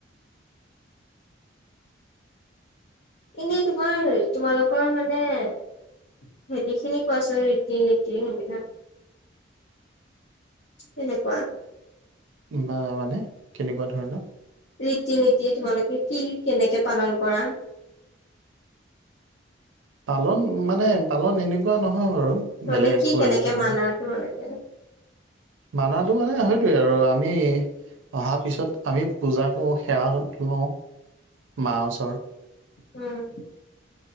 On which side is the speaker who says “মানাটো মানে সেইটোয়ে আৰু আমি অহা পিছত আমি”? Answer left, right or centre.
Right